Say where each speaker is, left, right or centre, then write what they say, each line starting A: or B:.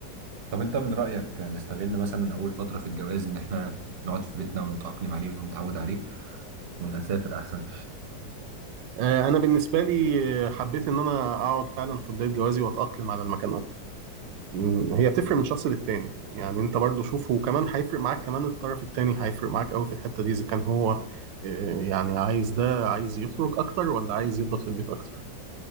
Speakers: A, on the right; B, on the right.
A: طب انت من رأيك نستغل مثلا اول فترة في الجواز ان احنا نقعد في بيتنا ونتأقلم عليه ونتعود عليه ولا نسافر احسن
B: آه، انا بالنسبه لي آه، حبيت ان انا اقعد فعلا في بدايه جوازي واتاقلم على المكان اكتر مم، هي بتفرق من شخص للتاني يعني انت برضو شوفه وكمان هيفرق معاك كمان الطرف التاني هيفرق معاك قوي في الحته دي اذا كان هو آه، يعني عايز ده عايز يخرج اكتر ولا عايز يفضل في البيت اكتر